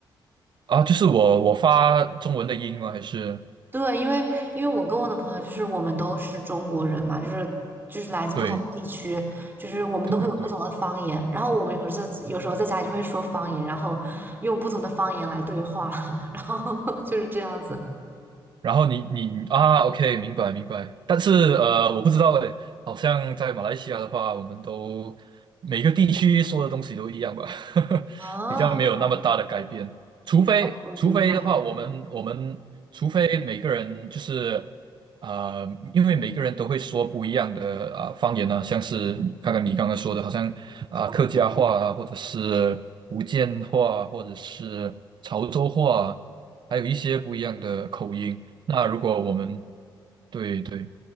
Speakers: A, on the right; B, on the right.
A: 啊，就是我我发中文的音吗？还是
B: 对，因为因为我跟我的朋友就是我们都是中国人嘛，就是就是来自不同地区，
A: 对
B: 就是我们都会有不同的方言。
A: 对对。
B: 然后我们有时候在有时候在家里就会说方言，然后用不同的方言来对话，<laughs> 然后就是这样子。
A: 然后你你啊，OK，明白明白。但是呃，我不知道诶，好像在马来西亚的话，我们都每个地区说的东西都一样吧，<laughs>
B: 哦，
A: 比较没有那么大的改变。除非除非的话，
B: 我明白。
A: 我们我们除非每个人就是呃，因为每个人都会说不一样的啊、方言啊，像是刚刚你刚刚说的，好像啊、客家话啊，或者是福建话，或者是潮州话啊还有一些不一样的口音。那如果我们对对，